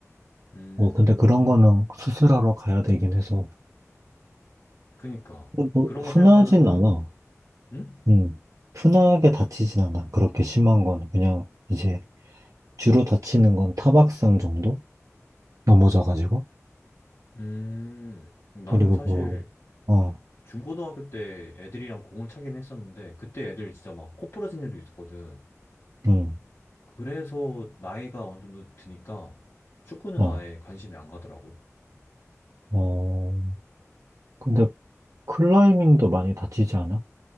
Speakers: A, on the left; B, on the right.
A: 음,
B: 뭐, 근데 그런 거는 수술하러 가야 되긴 해서.
A: 그니까.
B: 뭐, 뭐,
A: 그런
B: 흔하진
A: 거 생각하면은,
B: 않아.
A: 응?
B: 음. 흔하게 다치진 않아. 그렇게 심한 건 그냥 이제 주로 다치는 건 타박상 정도? 넘어져가지고.
A: 음, 나는
B: 그리고
A: 사실
B: 뭐, 어,
A: 중고등학교 때 애들이랑 공을 차긴 했었는데, 그때 애들 진짜 막 코 부러진 애도 있었거든.
B: 음,
A: 그래서 나이가 어느 정도 드니까 축구는
B: 어,
A: 아예 관심이 안 가더라고.
B: 어. 근데 클라이밍도 많이 다치지 않아?